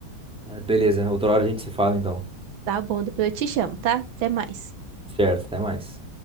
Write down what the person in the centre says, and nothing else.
Mas beleza. Outra hora a gente se fala então.
Certo, até mais.